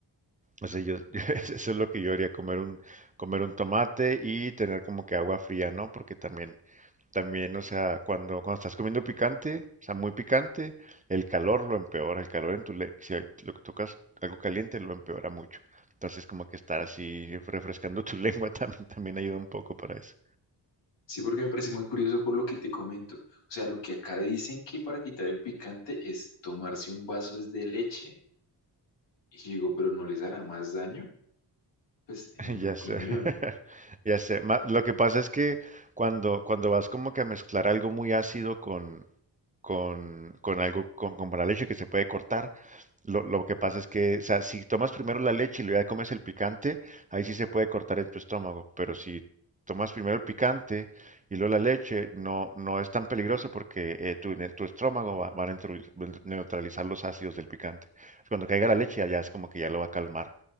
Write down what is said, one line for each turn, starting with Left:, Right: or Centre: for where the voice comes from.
Right: O sea, yo, <laughs> yo- eso es lo que yo haría comer un comer un tomate y tener como que agua fría, ¿no? Porque también también, o sea, cuando, cuando estás comiendo picante, o sea, muy picante, el calor lo empeora, el calor en tu le si lo que tocas algo caliente lo empeora mucho. Entonces, como que estar así refrescando tu <laughs> lengua también, también ayuda un poco para eso.
Left: Sí, porque me parece muy curioso por lo que te comento. O sea, lo que acá dicen que para quitar el picante es tomarse un vaso es de leche. Y yo digo, pero ¿no les hará más daño? Pues en
Right: <laughs>
Left: mi
Right: Ya
Left: opinión.
Right: sé, <laughs> ya sé. Ma- Lo que pasa es que cuando, cuando vas como que a mezclar algo muy ácido con, con, con algo, con, con la leche que se puede cortar. Lo, lo que pasa es que, o sea, si tomas primero la leche y luego ya comes el picante, ahí sí se puede cortar en tu estómago. Pero si tomas primero el picante y luego la leche, no, no es tan peligroso porque eh, tu, ne- tu estómago va, va a neutru- neutralizar los ácidos del picante. Cuando caiga la leche, allá es como que ya lo va a calmar